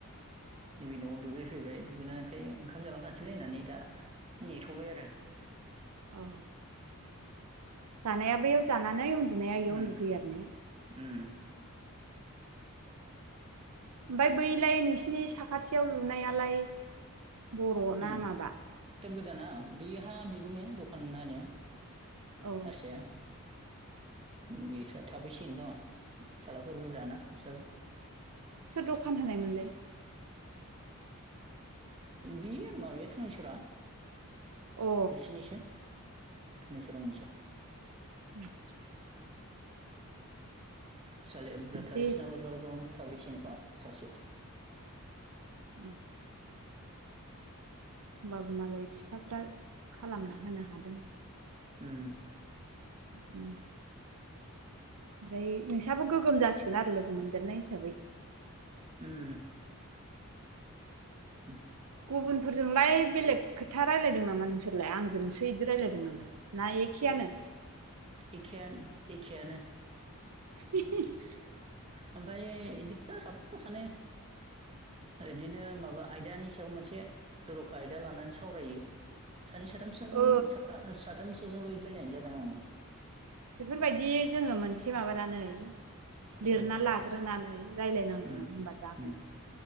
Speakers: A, on the right; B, on the right.
A: नैबे नआव दुगै फैबाय दुगैनानै ओमफ्राय ओंखाम जालांखासैलै होननानै दा नेथ'बाय आरो।
B: औ। जानाया बैयाव जानानै उन्दुनाया इयाव
A: उम
B: उन्दुफैयो आरो ने?
A: उम
B: ओमफ्राय बैलाय नोंसिनि साखाथियाव लुनायालाय बर'ना
A: उम
B: माबा?
A: दा गोदाना बेहा बिगुमाया दखान होनाया।
B: अ
A: हारसाया बेसा थाफैसिगोन खोमा। फिसालाफोर बुरजाना बेसाबो।
B: सोर दखान होनायमोनलाय?
A: बेयो माबाया धनेस'रा।
B: अ
A: बिसिनिसो धुनुसोरांनिसो।
B: <inaudible>
A: फिसालाया बुरजाथार
B: दे
A: बिसिनाबो ज्राव ज्रावनो। थाफैसिगोन खोमा सासे।
B: <inaudible> होमबाबो मालाय बिफाफ्रा खालामना होनो हादों।
A: उम।
B: उम। ओमफ्राय नोंस्राबो गोगोम जासिगोन आरो लोगो मोनदेरनाय हिसाबै।
A: उम। <inaudible>
B: गुबुनफोरजोंलाय बेलेग खोथा रायलायदों नामा नोंसोरलाय? आंजोंसो बिदि रायलायदों नामा? ना एखे यानो?
A: एखेयानो एखेयानो।
B: <unintelligible>
A: ओमफ्याय इदिनो साफा सानै। इदिनो माबा आयदानि सायाव मोनसे जर'खा आयदा लानानै सावरायो। सानै साथामसों
B: ओ
A: साथामसोजोंल' इदि रायलायनाय जादों आङो।
B: बेफोरबायदि जोङो मोनसे माबानानै लिरना
A: ओ
B: लाग्रोनानै रायलायनांगौमोन
A: उम
B: होनबा जागौमोन।
A: उम